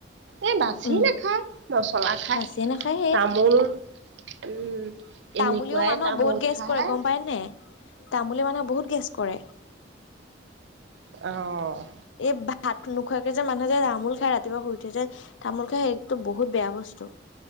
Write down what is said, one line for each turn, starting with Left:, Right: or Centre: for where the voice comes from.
Right: এই বাচি
Left: উম
Right: নাখায় মচলা খায়,
Left: বাচিয়ে নাখায়
Right: তামোল, উম এনেকুৱাই
Left: তামলেও মানুহক
Right: তামোল
Left: বহুত গেছ
Right: খায়,
Left: কৰে গম পায় নে, তামোলে মানুহক বহুত গেছ কৰে।
Right: অ'
Left: এই ভাত নোখোৱাকে যে মানুহ যে ৰামোল খাই ৰাতিপুৱা শুই উঠে যে তামোল খাই সেইতটো বহুত বেয়া বস্তু।